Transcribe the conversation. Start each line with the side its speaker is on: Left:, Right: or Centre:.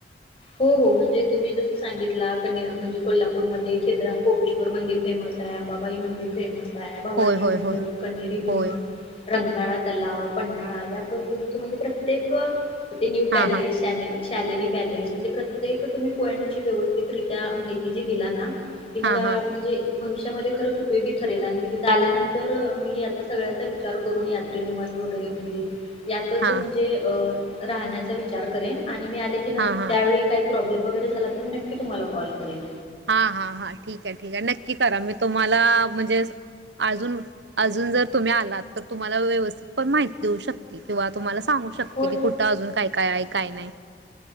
Left: हो हो म्हणजे तुम्ही जस सांगितला कन्या म्हणजे कोल्हापूरमध्ये खीद्रा कोपेश्वर मंदिर फेमस हाय, अंबाबाई मंदिर फेमस हाय. आई भवानी
Right: होय होय
Left: मंडप,
Right: होय
Left: कनेरी
Right: होय
Left: मठ रंकाळा तलाव, पन्हाळा याबद्दलचे म्हणजे प्रत्येक अ ते न्यू पॅलेस,
Right: हां हां
Left: शा शालेिनी पॅलेस, ते तुम्ही पॉईंटची व्यवस्थितरित्या माहिती जी दिला ना ती मला
Right: हां हां
Left: म्हणजे भविष्यामध्ये खरच उपयोगी ठरेल आणि मी तिथे आल्यानंतर मी आता सगळ्याचा विचार करून यात्रे निवास वगैरे - यातच
Right: हां
Left: म्हणजे अ राहण्याचा विचार करेन आणि मी आली की न
Right: हां हां
Left: प्रॉब्लेम वगैरे झाला तर मी नक्की तुमला कॉल करेन.
Right: हा हा हा ठीक आहे ठीक आहे, नक्की करा मी तुम्हाला म्हणजे अजून अजून जर तुम्ही आलात तर तुम्हाला व्यवस्थित पण माहिती देऊ शकते, किंवा तुम्हाला सांगू शकते
Left: हो
Right: की कुठ अजून काय? काय आहे, काय नाई.